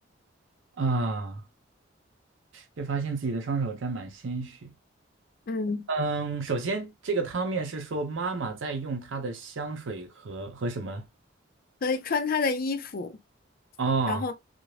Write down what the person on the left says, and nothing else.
嗯，
可以穿她的衣服，
然后